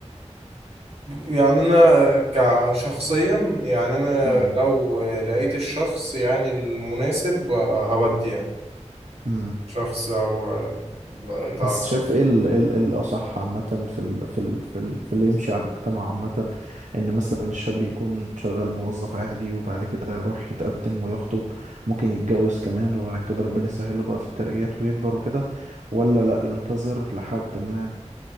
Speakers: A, on the right; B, on the right.
A: يعني انا كشخصيا يعني انا
B: مم.
A: لو لقيت الشخص يعني المناسب آه، هودي يعني
B: مم.
A: شخص او آه، لا تع-
B: بس شايف ايه ال- إيه ال- إيه الأصح عامة في ال في ال في ال في اللي يمشي على المجتمع عامة إن مثلا الشاب يكون شغال موظف عادي وبعد كده يروح يتقدم ويخطب ممكن يتجوز كمان وبعد كده ربنا يسهله بقى في الترقيات ويكبر وكده ولا لأ ينتظر لحد ما